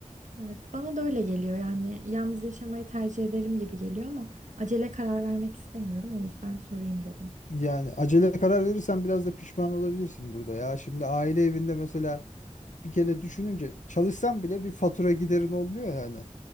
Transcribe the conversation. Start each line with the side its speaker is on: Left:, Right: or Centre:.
Right: Evet, bana da öyle geliyor. Yani yalnız yaşamayı tercih ederim gibi geliyor ama acele karar vermek istemiyorum. O yüzden sorayım dedim.
Left: Yani acele karar verirsen biraz da pişman olabilirsin burada ya. Şimdi aile evinde mesela bir kere düşününce çalışsan bile bir fatura giderin olmuyor yani.